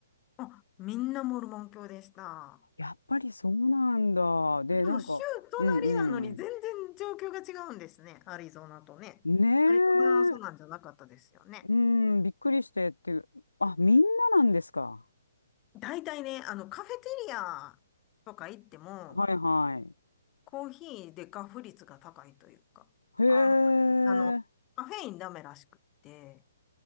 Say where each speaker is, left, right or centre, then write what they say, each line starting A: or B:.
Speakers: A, on the left; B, on the left.
A: あ、みんなモルモン教でした。
B: やっぱりそうなんだ。で、
A: でも州隣なのに全然状況が違うんですね。
B: なんか、うんうん。
A: アリゾナとね。
B: ねえ。
A: アリゾナはそうなんじゃなかったですよね。
B: うん、びっくりしてっていう。あ、みんななんですか。
A: 大体ね、あの、カフェテリアとか行っても、
B: はいはい。
A: コーヒーでガフ率が高いというか、
B: へえ。
A: あんまり、あの、カフェインダメらしくって、